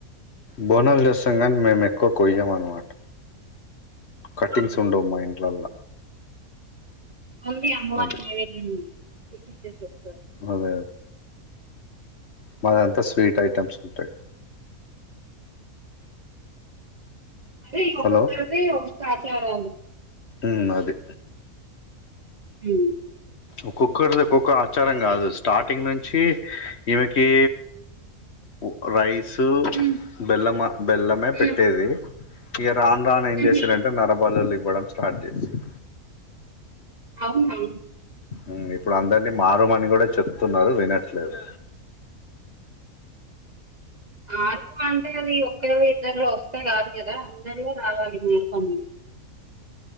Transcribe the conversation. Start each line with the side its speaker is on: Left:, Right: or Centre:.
Left: బోనాలు జేస్తం గని మేము ఎక్కువ కొయ్యం అన్నమాట కట్టింగ్స్
Right: ఆహా.
Left: ఉండవు మా ఇంట్లల్ల
Right: ఓన్లీ అమ్మవారి
Left: అదే
Right: నైవేద్యం పెట్టిచ్చేసి వస్తార్
Left: అదే మాదంతా స్వీట్ ఐటమ్స్ ఉంటాయి
Right: అదే ఒక్కొక్కళ్ళది
Left: హలో
Right: ఒక్కొక్క ఆచారాలు
Left: మ్మ్ అది
Right: మ్మ్
Left: ఒక్కోక్కరిది ఒక్కొక్క ఆచారం కాదు
Right: టైప్
Left: స్టార్టింగ్ నుంచి ఈమెకి ఒక్క రైస్ సో
Right: ఉమ్,
Left: బెల్లమా బెల్లమే పెట్టేది
Right: ఉమ్,
Left: ఇగ రాను రాను ఏం
Right: ఉహు.
Left: చేశారంటె నరబలులు ఇవ్వడం స్టార్ట్ చేసిర్రు
Right: అవును
Left: మ్మ్ ఇప్పుడు అందరినీ మారమని కూడా చెప్తున్నారు వినట్లేదు
Right: మార్పు అంటే అది ఒక్కరివి ఇద్దర్లో ఒస్తే గాదు కదా అందర్లో రావాలి జీవితం